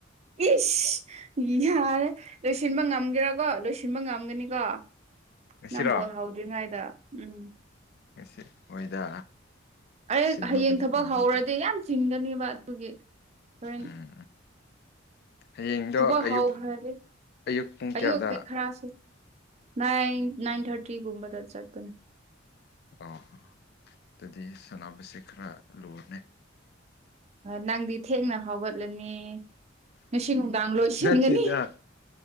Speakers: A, on the right; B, on the left.
A: ꯏꯁ ꯌꯥꯔꯦ ꯂꯣꯏꯁꯤꯟꯕ ꯉꯝꯒꯦꯔꯀꯣ ꯂꯣꯏꯁꯤꯟꯕ ꯉꯝꯒꯅꯤꯀꯣ
B: ꯉꯁꯤꯔꯣ
A: ꯅꯪ ꯕꯣꯜ ꯍꯥꯎꯗ꯭ꯔꯤꯉꯩꯗ ꯎꯝ
B: ꯉꯁꯤ ꯍꯣꯏꯗ
A: ꯑꯩ
B: ꯁꯤꯟꯕꯕꯨꯗꯤ
A: ꯍꯌꯦꯡ ꯊꯕꯛ
B: ꯉꯝꯅꯤꯗ
A: ꯍꯧꯔꯗꯤ ꯌꯥꯝ ꯆꯤꯟꯒꯅꯤꯕ ꯑꯗꯨꯒꯤ ꯍꯣꯔꯦꯟ
B: ꯎꯝ ꯍꯌꯦꯡꯗꯣ
A: ꯊꯕꯛ
B: ꯑꯌꯨꯛ
A: ꯍꯧꯈ꯭ꯔꯗꯤ
B: ꯑꯌꯨꯛ ꯄꯨꯡ
A: ꯑꯌꯨꯛꯀꯤ
B: ꯀꯌꯥꯗ
A: ꯈꯔꯁꯨ ꯅꯥꯏꯟ ꯅꯥꯏꯟ ꯊꯥꯔꯇꯤꯒꯨꯝꯕꯗ ꯆꯠꯄꯅꯦ
B: ꯑ ꯑꯗꯨꯗꯤ ꯁꯅꯥꯕꯁꯦ ꯈꯔ ꯂꯨꯔꯅꯦ
A: ꯅꯪꯗꯤ ꯊꯦꯡꯅ ꯍꯧꯒꯠꯂꯅꯤ ꯉꯁꯤ ꯅꯨꯡꯗꯥꯡ ꯂꯣꯏꯁꯤꯟꯒꯅꯤ
B: ꯅꯠꯇꯦꯗ